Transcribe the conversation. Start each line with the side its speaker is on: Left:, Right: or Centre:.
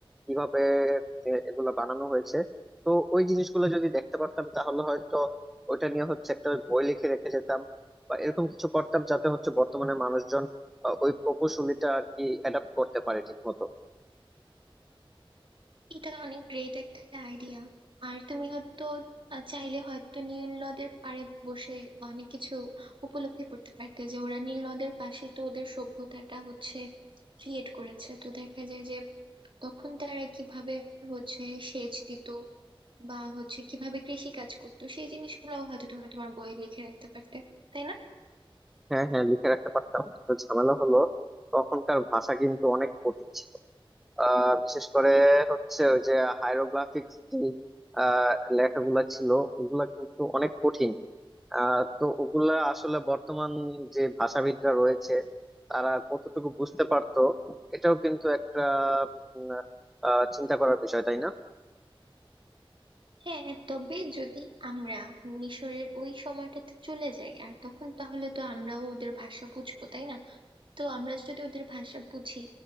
Centre: কিভাবে এ- এগুলা বানানো হয়েছে তো ওই জিনিসগুলো যদি দেখতে পারতাম তাহলে হয়তো ওইটা নিয়ে হচ্ছে একটা বই লিখে রেখে যেতাম বা এরকম কিছু করতাম যাতে হচ্ছে বর্তমানে মানুষজন আহ, ওই প্রকৌশলীটা আর কি অ্যাডাপ্ট করতে পারে ঠিক মতো
Right: এটা অনেক গ্রেট একটা আইডিয়া আর তুমি হয়তো আহ, চাইলে হয়তো নীল নদের পাড়ে বসে অনেক কিছু উপলব্ধি করতে পারতে যে ওরা নীল নদের পাশে তো ওদের সভ্যতাটা হচ্ছে ক্রিয়েট করেছে তো দেখা যায় যে তখন তারা কিভাবে হচ্ছে সেচ দিত বা হচ্ছে কিভাবে কৃষি কাজ করতো সেই জিনিসগুলোও হয়তো তুমি তোমার বইয়ে লিখে রাখতে পারতে তাই না
Centre: হ্যাঁ হ্যাঁ লিখে রাখতে পারতাম কিন্তু ঝামেলা হলো তখনকার ভাষা কিন্তু অনেক কঠিন ছিল আহ বিশেষ করে হচ্ছে ওই যে হাইরোগ্লিফিক্স যে আহ, লেখাগুলা ছিল ওগুলা কিন্তু অনেক কঠিন আহ, তো ওগুলা আসলে বর্তমান যে ভাষাবিদরা রয়েছে তারা কতটুকু বুঝতে পারতো এটাও কিন্তু একটা উম, আহ, চিন্তা করার বিষয় তাই না
Right: হ্যাঁ হ্যাঁ, তবে যদি আমরা মিশরের ওই সময়টাতে চলে যাই আর তখন তাহলে তো আমরাও ওদের ভাষা বুঝবো তাই না তো আমরা যদি ওদের ভাষা বুঝি